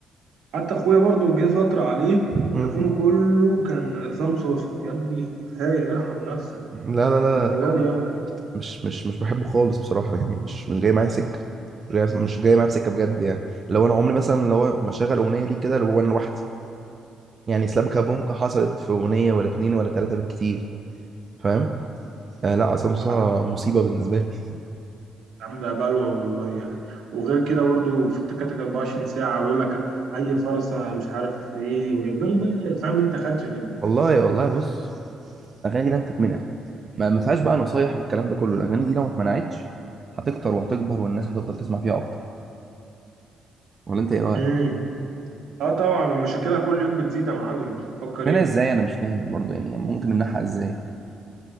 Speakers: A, on the right; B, on the right.
A: حتى اخويا برضه جه فتره عليه
B: مم.
A: تليفونه كله كان عصام صوصه يا ابني كفايه ارحم نفسك
B: لا لا لا
A: الدرجات دي يعني
B: مش مش مش بحبه خالص بصراحه يعني مش مش جاي معايا سكه مش جاي مش جاي معايا بسكه بجد يعني لو انا عمري مثلا لو ما شغل اغنيه ليه كده لو انا لوحدي يعني سلابكا بونكا حصلت في اغنيه ولا اتنين ولا تلاته بالكتير فاهم آه لا عصام صاصا
A: امم
B: مصيبه بالنسبه لي
A: يا عم ده بلوى والله يعني وغير كده برضه في التكاتك 24 ساعة ويقول لك أي فرصة مش عارف إيه وبياخد بقى فاهم أنت خدش في ال...
B: والله والله بص اغاني لن تتمنع ما ما فيهاش بقى نصايح والكلام ده كله الاغاني دي لو ما اتمنعتش هتكتر وهتكبر والناس هتفضل تسمع فيها اكتر ولا انت ايه رايك
A: امم اه طبعا ومشاكلها كل يوم بتزيد يا معلم انت بتفكر
B: منها
A: ايه
B: ازاي انا مش فاهم برضو يعني يعني ممكن نمنعها ازاي